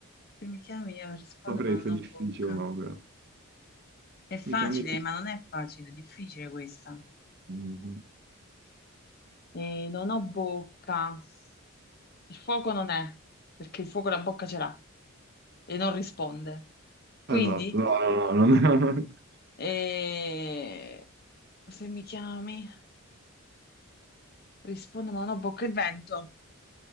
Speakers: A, on the left; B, on the right.
A: Se mi chiami io rispondo
B: saprei
A: ma non
B: se
A: ho
B: è difficile
A: bocca.
B: o no. questa.
A: È facile,
B: Mi chiami e
A: ma non è facile, è difficile questa.
B: rispondo.
A: E non ho bocca. Il fuoco non è, perché il fuoco la bocca ce l'ha e non risponde. Quindi,
B: Esatto, no, no, no, no. <laughs>
A: eh, se mi chiami, rispondo ma non ho bocca. Il vento.